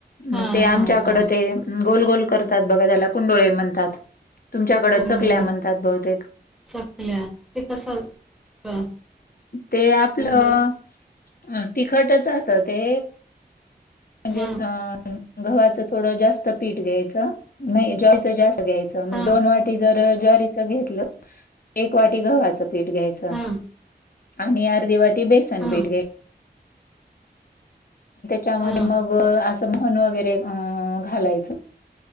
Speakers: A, in the centre; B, on the left.
A: हां
B: मग ते
A: हां
B: आमच्याकड
A: हां
B: ते गोल गोल करतात बघा त्याला कुंडोळे म्हणतात. तुमच्याकडं
A: कोंडुळे
B: चकल्या म्हणतात बहुतेक
A: चकल्या ते कसं अ,
B: ते आपलं
A: म्हणजे
B: अ तिखटच असतं ते म्हणजे
A: हां
B: अ गव्हाचं थोडं जास्त पीठ घ्यायचं नाही, ज्वारीचं जास्त घ्याय च म्हणजे
A: हां
B: दोन वाटी जर ज्वारीच घेतलं, एक वाटी गव्हाचं पीठ घ्यायचं.
A: हां
B: आणि अर्धी वाटी बेसन
A: हां
B: पीठ घ्या त्या
A: हां
B: मग असं मोहन वगैरे अ घालायचं.